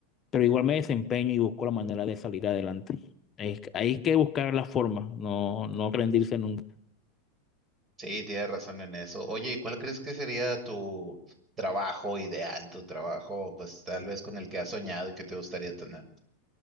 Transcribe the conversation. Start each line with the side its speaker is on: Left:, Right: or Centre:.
Left: pero igual me desempeño y busco la manera de salir adelante. Es- hay que buscar la forma, no, no rendirse nunca.
Right: Sí, tienes razón en eso. Oye, ¿y cuál crees que sería tu trabajo ideal, tu trabajo, pues tal vez con el que has soñado y que te gustaría tener?